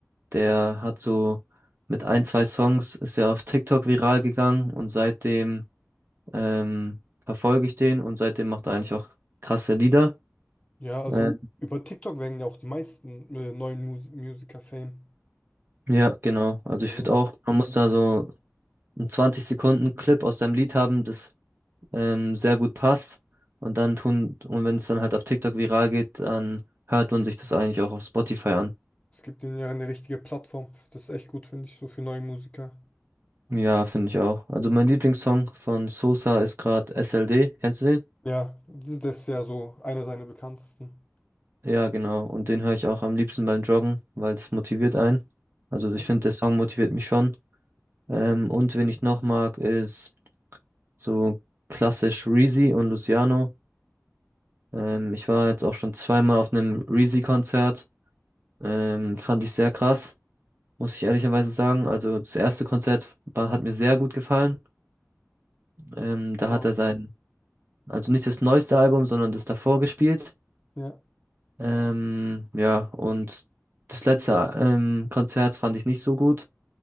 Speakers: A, on the right (about 45°); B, on the left (about 20°).
A: Der hat so mit ein, zwei Songs ist er auf TikTok viral gegangen und seitdem ähm, verfolge ich den und seitdem macht er eigentlich auch krasse Lieder.
B: Ja, also
A: Ähm,
B: über TikTok werden ja auch die meisten äh, neuen Mus Musiker Fame.
A: ja, genau. Also ich
B: Also
A: finde auch, man muss da so einen 20 Sekunden Clip aus deinem Lied haben, das ähm, sehr gut passt. Und dann tun, und wenn es dann halt auf TikTok viral geht, dann hört man sich das eigentlich auch auf Spotify an.
B: es gibt denen ja eine richtige Plattform. Das ist echt gut, finde ich, so für neue Musiker.
A: Ja, finde ich auch. Also mein Lieblingssong von Sosa ist gerade SLD. Kennst du den?
B: Ja, das ist ja so einer seiner bekanntesten.
A: Ja, genau. Und den höre ich auch am liebsten beim Joggen, weil das motiviert einen. Also
B: Ja.
A: ich finde, der Song motiviert mich schon. Ähm, und wen ich noch mag, ist so klassisch Reezy und Luciano. Ähm, ich war jetzt auch schon zweimal auf einem Reezy-Konzert. Ähm, fand ich sehr krass, muss ich ehrlicherweise sagen. Also das erste Konzert war, hat mir sehr gut gefallen. Ähm, da
B: Oh.
A: hat er sein, also nicht das neueste Album, sondern das davor gespielt.
B: Ja.
A: Ähm, ja, und das letzte ähm, Konzert fand ich nicht so gut.